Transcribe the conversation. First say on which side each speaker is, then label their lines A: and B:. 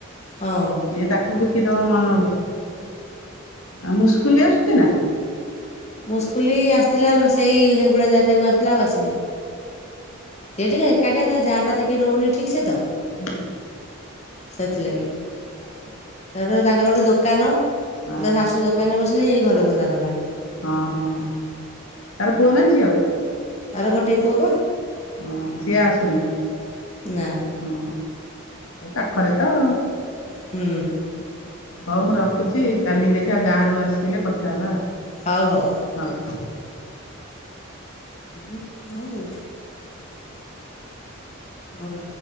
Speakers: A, on the left (about 30°); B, on the left (about 75°).
A: ହଁ
B: ଏଇ ତାକୁ ବିକି ଦବ ମନକୁ ଆଉ ମୁସ୍କୁଲି ଆସୁଚି ନା?
A: ମୁସ୍କୁଲି ଆସଥିଲା ର ସେଇ ହେଙ୍ଗୁଳା ଯାତ୍ରାକୁ ଆସିଥିଲା ଆଉ ଆସିନେଇ। ସିଏ ଟିକେ ଏକାଟିଆ ତା ଯାଆଟା ଟିକେ ରହୁନେଇ ଠିକସେ ତ।
B: ହୁଁ
A: ସେଥିଲାଗି ତାପରେ ତାଙ୍କର ଗୋଟେ ଦୋକାନ
B: ହଁ
A: ତା ଶାଶୁ ଦୋକାନରେ ବସିଲେ ଇଏ ଘର ଧନ୍ଦା କଲା।
B: ହଁ ହଁ ତାର ପୁଅ ନା ଝିଅ?
A: ତାର ଗୋଟେ ପୁଅପା।
B: ହଁ ସିଏ ଆସୁନି
A: ନା
B: ହଁ। ଏଇ ପାଖରେ ତ।
A: ହୁଁ।
B: ହୋଉ ମୁଁ ରଖୁଚି କାଲି ଦେଖିଆ ଗାଁରୁ ଆସିଲେ କଥା ହେବା।
A: ହଉ ହୋଉ।
B: ହଉ।
A: ଉଁ କଣ କହୁଚୁ? ଅଲ